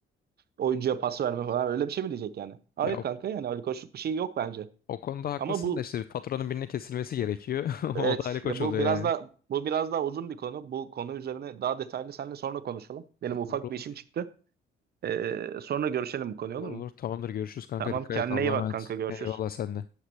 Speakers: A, on the right; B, on the left.
A: oyuncuya pas verme falan öyle bir şey mi diyecek yani? Hayır
B: Ya o,
A: kanka yani Ali Koç'luk bir şey yok bence.
B: o konuda haklısın
A: Ama bu
B: da işte bir faturanın birine kesilmesi gerekiyor. <laughs>
A: Evet,
B: O da Ali Koç
A: ya
B: oluyor
A: bu biraz
B: yani.
A: da bu biraz daha uzun bir konu. Bu konu üzerine daha detaylı seninle sonra konuşalım. Benim ufak
B: Olur olur.
A: bir işim çıktı. Ee, sonra görüşelim bu konuyu
B: Olur
A: olur mu?
B: olur. Tamamdır. Görüşürüz kanka.
A: Tamam,
B: Dikkat
A: kendine
B: et. Allah'a
A: iyi
B: emanet.
A: bak kanka, görüşürüz.
B: Eyvallah sen de.